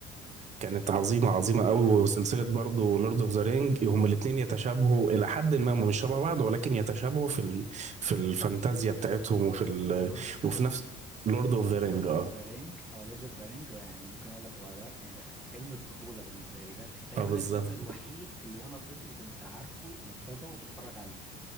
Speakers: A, on the right; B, in the centre.
A: كانت عظيمة عظيمة قوي وسلسلة برضو لورد اوف ذا رينج هما الاتنين يتشابهوا إلى حد ما هما مش شبه بعض ولكن يتشابهوا في ال... في الفانتازيا بتاعتهم وفي ال...
B: لورد
A: وفي نفس لورد اوف ذا رينج
B: لورد
A: اه
B: اوف ذا رينج اه لورد اوف ذا رينج يعني ممكن اقول لك هو ده يعني فيلم الطفوله بالنسبه لي ده تقريبا
A: اه بالظبط
B: الفيلم الوحيد اللي وانا طفل كنت عارفه ومتابعه وبتفرج عليه